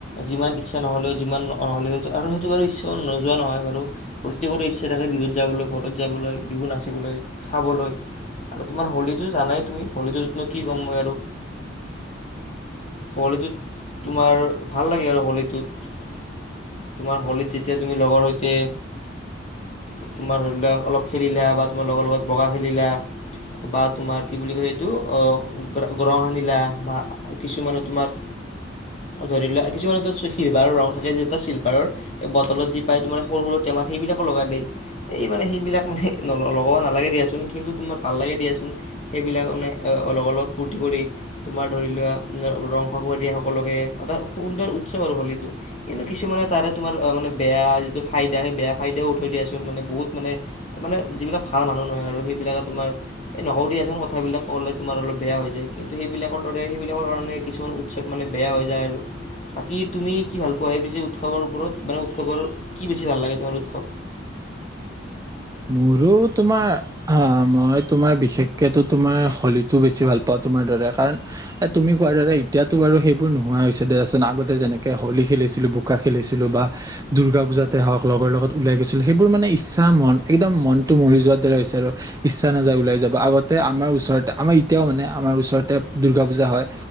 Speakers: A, on the left; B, on the right.
A: যিমান ইচ্ছা নহ'লেও যিমান নহ'লে আৰু হয়তো বাৰু ইচ্ছাও নোযোৱা নহয় বাৰু প্ৰত্যেকৰে ইচ্ছা থাকে বিহুত যাবলৈ, ঘৰত যাবলৈ, বিহু নাচিবলৈ, খাবলৈ। আৰু তোমাৰ হোলীটো জানাই তুমি হলীটোত মই কি ক'ম মই আৰু হোলীটোত তোমাৰ ভাল লাগে আৰু হোলীটোত তোমাৰ হোলীত যেতিয়া তুমি লগৰ সৈতে তোমাৰ ধৰি লওক অলপ খেলিলা বা তোমাৰ লগৰ লগত বগা খেলিলা বা তোমাৰ কি বুলি কয় এইটো অ গৰহ সানিলা বা কিছুমানে তোমাৰ ধৰি লোৱা কিছুমান এটো চিলভাৰৰ ৰং থাকে যিটা চিলভাৰৰ এই বটলত যি পায় তোমাৰ সৰু টেমাচ সেইবিলাকো লগাই দেই এই মানে সেইবিলাক মানে লগাব নালাগে দিয়াচোন কিন্তু তোমাৰ ভাল লাগে দিয়াচোন সেইবিলাক মানে অল অলপ ফূৰ্তি কৰি তোমাৰ ধৰি লোৱা ৰং ফাকুৱা দিয়া সকলকে এটা সুন্দৰ উৎসৱ আৰু হলীটো কিন্তু কিছুমানে তাৰে তোমাৰ মানে বেয়া যিটো ফাইদা সেই বেয়া ফাইদাও উঠৈ দিয়াচোন মানে বহুত মানে মানে যিবিলাক ভাল মানুহ নহয় আৰু সেইবিলাকে তোমাৰ এই নক দিয়াচ কথাবিলাক ক'লে তোমাৰ অলপ বেয়া হৈ যায় কিন্তু সেইবিলাকৰ দৰে সেইবিলাকৰ কাৰণে কিছুমান উৎসৱ মানে বেয়া হৈ যায় আৰু বাকী তুমি কি ভাল পোৱা সেই পছি উৎসৱৰ ওপৰত মানে উৎসৱৰ কি বেছি ভাল লাগে তোমাৰ উৎসৱ
B: মোৰো তোমাৰ হ মই তোমাৰ বিশেষকো তোমাৰ হোলীতো বেছি ভাল পাওঁ তোমাৰ দৰে কাৰণ তুমি কোৱা দাদা এতিয়াতো বাৰুেই বোৰ নোহোৱা হৈছে দাৰছত আগতে যেনেকৈ হোলী খেলিছিলোঁ বোকা খেলিছিলোঁ বা দুূৰ্গা পূজাতে হওক লগৰ লগত ওলাই গৈছিল সেইবোৰ মানে ইচ্ছা মন একদম মনটো মৰি যোৱাৰ দৰে হৈছে আৰু ইচ্ছা নাযায় ওলাই যাব আগতে আমাৰ ওচৰতে আমাৰ এতিয়াও মানে আমাৰ ওচৰতে দুূৰ্গা পূজা হয়